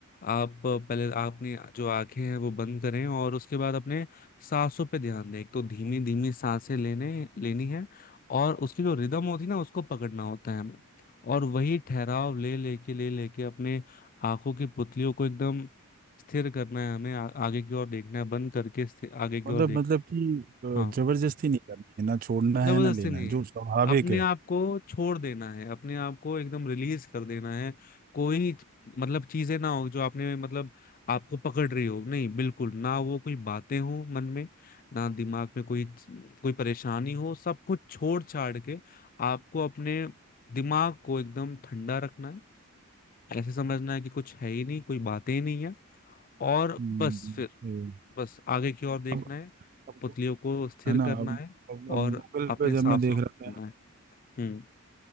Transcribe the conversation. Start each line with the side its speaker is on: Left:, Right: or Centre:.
Left: आप पहले अपनी जो आंखें हैं वो बंद करें और उसके बाद अपने सांसों पे ध्यान दें एक तो धीमी धीमी सांसें लेने लेनी है और उसकी जो रिदम होती है ना उसको पकड़ना होता है हमें और वही ठहराव ले लेके ले लेके अपने आंखों की पुतलियों को एकदम स्थिर करना है हमें आ, आगे की ओर देखना है बंद करके स्थिर- आगे की
Right: मतलब
Left: ओर देखना
Right: मतलब
Left: है
Right: कि अ,
Left: हाँ
Right: जबरदस्ती नहीं करनी है ना छोड़ना
Left: जबरदस्ती
Right: है ना लेना
Left: नहीं
Right: है जो स्वाभाविक
Left: अपने
Right: है
Left: आप को छोड़ देना है अपने आप को एकदम रिलीज कर देना है कोई मतलब चीजें ना हो जो आपने मतलब आपको पकड़ रही हो नहीं बिल्कुल ना वो कोई बातें हो मन में ना दिमाग में कोई कोई परेशानी हो सब कुछ छोड़ छाड़ के आपको अपने दिमाग को एकदम ठंडा रखना है ऐसे समझना है कि कुछ है ही नहीं कोई बातें ही नहीं है और
Right: हम्म,
Left: बस फिर
Right: हम्म।
Left: बस आगे की ओर देखना
Right: अब
Left: है
Right: अब
Left: पुतलियों को स्थिर
Right: है ना
Left: करना
Right: अब
Left: है
Right: अब, अब
Left: और
Right: गूगल
Left: अपने
Right: पे जब
Left: सांसों
Right: मैं देख
Left: को
Right: रहा था
Left: सुनना है हम्म